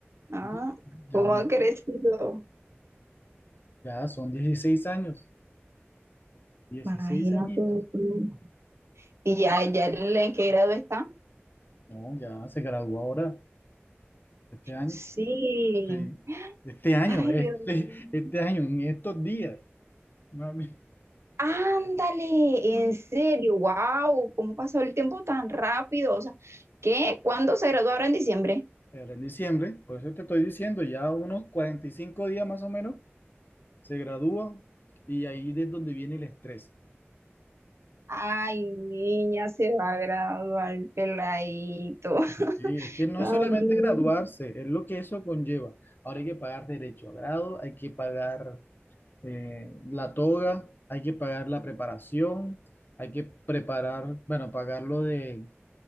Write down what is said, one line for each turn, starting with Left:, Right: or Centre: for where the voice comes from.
Right: ¿ah?
Left: sí, ya,
Right: ¿Cómo
Left: ahorita-
Right: ha crecido?
Left: ya son 16 años, 16
Right: Imagínate.
Left: añitos.
Right: tú. Y ya, ya el- en qué grado está.
Left: No, ya se graduó ahora, este año.
Right: Sí.
Left: Sí, Este año,
Right: Ay,
Left: este,
Right: Dios mío.
Left: este año, en estos días. mami.
Right: Ándale,
Left: Ujú.
Right: en serio, wow, ¿cómo pasó el tiempo tan rápido? O sea, ¿qué? ¿Cuándo se graduó ahora en diciembre?
Left: Era en diciembre, por eso te estoy diciendo, ya unos 45 días más o menos se gradúa y ahí es donde viene el estrés.
Right: Ay, niña, se va a graduar el peladito. <laughs>
Left: Sí, es que no
Right: También.
Left: es solamente graduarse, es lo que eso conlleva. Ahora hay que pagar derecho a grado, hay que pagar eh, la toga, hay que pagar la preparación, hay que preparar, bueno, pagar lo de,